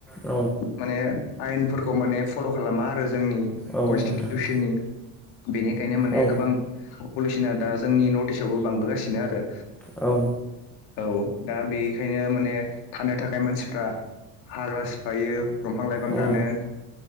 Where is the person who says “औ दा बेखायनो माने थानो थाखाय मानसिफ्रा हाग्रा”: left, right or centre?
Left